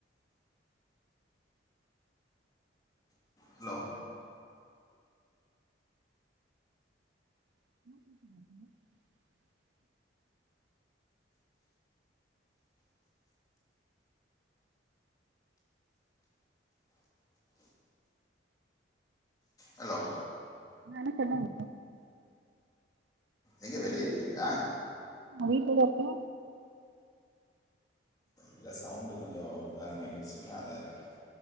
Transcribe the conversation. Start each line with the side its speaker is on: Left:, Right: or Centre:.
Left: hello
Right: <inaudible>
Left: hello
Right: என்னானு சொல்லுங்
Left: எங்க வெளிய இருக்றீங்ளா
Right: வீட்ல தா இருக்கே
Left: இல்ல சவுண்டு கொஞ்சோ உதரணமா கேட்டுச்சுங்களா அதா கேட்ட